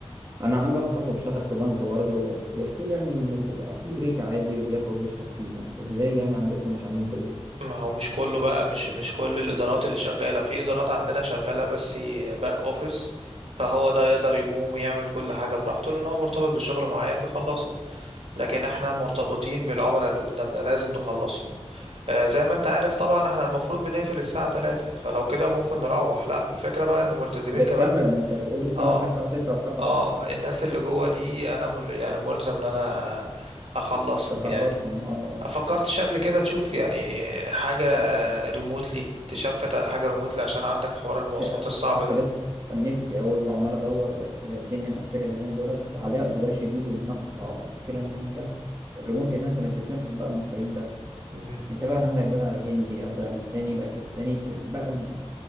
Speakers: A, on the right; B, on the right.
A: انا عندي واحد صاحبي بيشتغل في بنك برضه بس بيحكي لي يعني ان بيبقى في بريك عادي وبياكل وبيشرب فيه يعني ازاي يعني عندكم مش عاملين بريك
B: ما هو مش كله بقى مش مش كل الادارات اللي شغاله في ادارات عندنا شغاله بس باك اوفيس فهو ده يقدر يقوم ويعمل كل حاجه براحته لان هو مرتبط بشغل معين بيخلصه لكن احنا مرتبطين بالعملاء اللي قدامنا لازم نخلصهم آه زي ما انت عارف طبعا احنا المفروض بنقفل الساعه 3 فلو كده ممكن نروح لا الفكره بقى ان ملتزمين
A: بتكمل
B: كمان ب...
A: ما انت بتقولي بتكمل
B: اه
A: لحد الساعه 6 و7
B: اه الناس اللي جوه دي انا مل... يعني ملزم ان انا اخلصهم
A: فتخلصهم
B: يعني
A: اه
B: فكرتش قبل كده تشوف يعني حاجة ريموتلي تشفت على حاجة ريموتلي عشان عندك حوار المواصلات
A: ده
B: الصعب
A: كنت
B: ده
A: لسه كان نفسي أوي وعمال أدور بس الدنيا مقفلة اليومين دولت عليها
B: مم.
A: إقبال شديد والمنافسة صعبة المشكلة إن أنت الريموتلي ده أنت مش بتنافس بقى المصريين بس
B: مم.
A: أنت بقى عندك بقى هندي أفغانستاني باكستاني بقى ال-